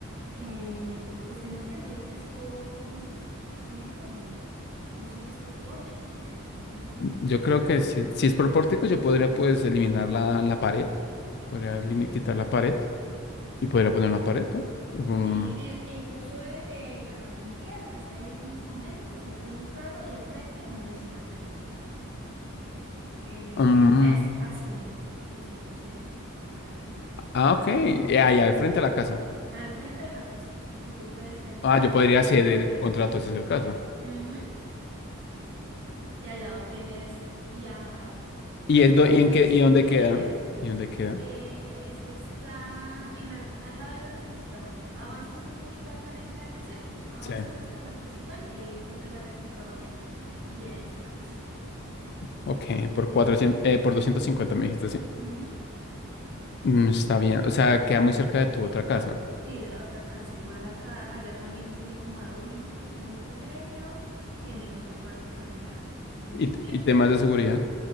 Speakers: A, on the right (about 55°); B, on the left (about 50°).
A: Eh, pues tengo entendido que es con... Tiene columnas. No sé si es por pórticos, porque el señor no...
B: Yo creo que si, si es por pórtico, yo podría pues eliminar la, la pared. Podría elimi- quitar la pared y podría poner una pared, ¿no? Mm,
A: Sí, i- incluso eh, eh, la, mi tía, la que está viviendo en ese momento, pues ella tiene un carro y al frente una vecina le arrienda. El,
B: mm.
A: el mes a 100 mil pesitos el, para que el carrito esté
B: Ah, ok.
A: ahí.
B: Ya, ya, al frente a la casa.
A: Al frente de la casa. Y tú puedes entrar
B: Ah, yo podría
A: y salir
B: ceder
A: cuando
B: este
A: quieras.
B: contrato si es el caso.
A: Ujú. Y al lado tienes, y a una
B: ¿Y, el
A: cuadra
B: do- y en
A: tienes
B: qué, y
A: el
B: dónde
A: colegio.
B: queda? ¿Y dónde queda?
A: Eh, eso está en la- al lado de la registraduría. Avanzas un poquito acá en el KFC, avanzas
B: Sí.
A: hasta la principal y ahí encuentras la registraduría y ahí está la casita.
B: Ok, por 400 eh, por 250 me dijiste, sí.
A: Ujú.
B: Mm, está bien. O sea, queda muy cerca de tu otra casa.
A: Sí, de la otra casa. Igual acá, allá también tiene como a dos minutos, tiene un colegio, tiene otro parque también a dos
B: ¿Y,
A: minuticos.
B: y temas de seguridad?